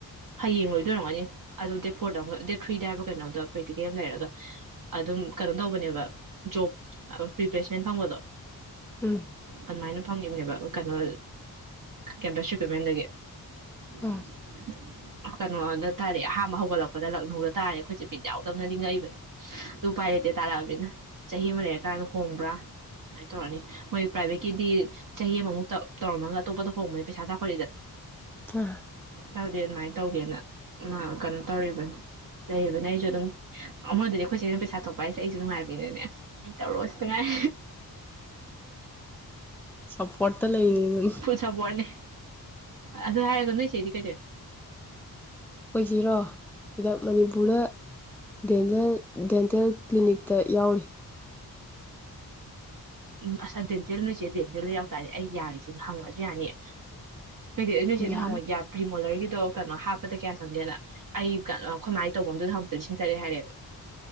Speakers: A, on the right; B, in the centre.
A: ꯍꯌꯦꯡ ꯂꯣꯏꯗꯣꯏꯔꯝꯒꯅꯤ ꯑꯗꯨꯣ ꯗꯦꯠ ꯐꯣꯔꯗ ꯗꯦꯠ ꯊ꯭ꯔꯤꯗ ꯍꯥꯏꯕ ꯀꯩꯅꯣꯗ ꯄ꯭ꯔꯦꯛꯇꯤꯀꯦꯜ ꯌꯥꯝ ꯂꯩꯔꯒ ꯑꯗꯨꯝ ꯀꯩꯅꯣ ꯇꯧꯕꯅꯦꯕ ꯖꯣ ꯄ꯭ꯔꯤꯄ꯭ꯂꯦꯁꯃꯦꯟ ꯐꯪꯕꯗꯣ
B: ꯎꯝ
A: ꯑꯗꯨꯃꯥꯏꯅ ꯐꯪꯈꯤꯕꯅꯦꯕ ꯀꯩꯅꯣ ꯀꯦꯝꯄꯁ ꯏꯀ꯭ꯋꯤꯞꯃꯦꯟꯗꯒꯤ
B: ꯑ
A: <inaudible> ꯀꯩꯅꯣꯗ ꯇꯥꯔꯛꯑꯦ ꯑꯍꯥꯥꯟꯕ ꯍꯧꯒꯠꯂꯛꯄꯗ ꯂꯛꯅꯧꯗ ꯇꯥꯔꯦ ꯑꯩꯈꯣꯏꯁꯦ ꯄꯤ ꯌꯥꯎꯗꯕꯅ ꯅꯤꯡꯉꯛꯏꯕꯅꯦ ꯑꯗꯨ ꯄꯥꯏꯔꯇꯦ ꯇꯥꯔꯛꯑꯃꯤꯅ ꯆꯍꯤ ꯑꯃ ꯂꯩꯔꯀꯥꯟꯗ ꯍꯣꯡꯕ꯭ꯔꯥ ꯑꯗꯨꯃꯥꯏꯅ ꯇꯧꯔꯅꯤ ꯃꯣꯏ ꯄ꯭ꯔꯥꯏꯚꯦꯠꯀꯤꯗꯤ ꯆꯍꯤ ꯑꯃꯃꯨꯛꯇ ꯇꯧꯔꯝꯃꯒ ꯑꯇꯣꯞꯄꯗ ꯍꯣꯡꯕꯅꯤ ꯄꯩꯁꯥ ꯆꯥꯎꯈꯠꯂꯤꯗꯅ
B: ꯑ
A: ꯍꯥꯏꯗꯤ ꯑꯗꯨꯃꯥꯏꯅ ꯇꯧꯒꯦꯅ ꯃꯥ ꯀꯩꯅꯣ ꯇꯧꯔꯤꯕꯅꯤ ꯂꯩꯔꯤꯕꯅꯦ ꯑꯩꯁꯨ ꯑꯗꯨꯝ ꯑꯩꯉꯣꯟꯗꯗꯤ ꯑꯩꯈꯣꯏꯁꯦ ꯑꯩꯅ ꯄꯩꯁꯥ ꯊꯣꯛꯄ ꯍꯥꯏꯁꯦ ꯑꯩꯁꯨ ꯅꯨꯡꯉꯥꯏꯕꯤꯅꯤꯅꯦ ꯇꯧꯔꯣ ꯁꯤꯇ ꯉꯥꯏ
B: ꯁꯞꯄꯣꯔꯠꯇ ꯂꯩꯔꯤꯅꯤ
A: ꯐꯨꯠ ꯁꯄꯣꯔꯠꯅꯦ ꯑꯗꯨ ꯍꯥꯏꯔꯗꯣ ꯅꯣꯏ ꯁꯤꯗꯤ ꯀꯦ
B: ꯑꯣꯏꯁꯤꯔꯣ ꯁꯤꯗ ꯃꯅꯤꯄꯨꯔꯗ ꯗꯦꯟꯇꯦꯜ ꯗꯦꯟꯇꯦꯜ ꯀ꯭ꯂꯤꯅꯤꯛ ꯇ ꯌꯥꯎꯅꯤ
A: ꯎꯝ ꯑꯁꯥ ꯗꯦꯟꯇꯦꯜ ꯅꯨꯁꯦ ꯗꯦꯟꯇꯦꯜꯗ ꯌꯥꯎꯇꯥꯥꯔꯦ ꯑꯩ ꯌꯥꯔꯤꯁꯤꯅ ꯍꯪꯉꯁꯨ ꯌꯥꯅꯤꯌꯦ ꯍꯥꯏꯗꯤ ꯑꯗꯨ ꯅꯣꯏ ꯁꯤꯁꯤꯗ
B: ꯌꯥꯅꯤ
A: ꯍꯪꯋꯥꯛ ꯌꯥ꯭ ꯃꯣꯂꯔꯒꯤꯗꯣ ꯀꯩꯅꯣ ꯍꯥꯞꯄꯗ ꯀꯌꯥ ꯆꯪꯒꯦꯅ ꯑꯩꯃꯥꯏꯅ ꯇꯧꯕꯐꯝꯗꯨꯗ ꯑꯃꯨꯛꯇ ꯂꯤꯁꯤꯡ ꯇꯔꯦꯠ ꯍꯥꯏꯔꯛꯦꯕ